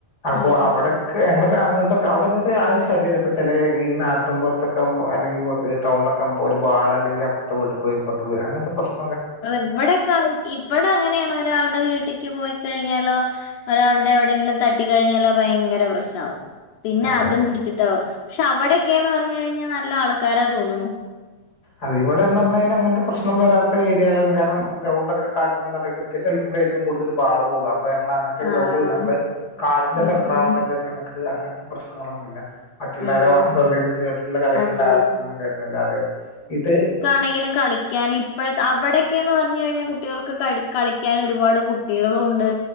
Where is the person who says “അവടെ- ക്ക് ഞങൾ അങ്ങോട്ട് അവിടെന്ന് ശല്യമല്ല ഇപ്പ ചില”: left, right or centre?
Left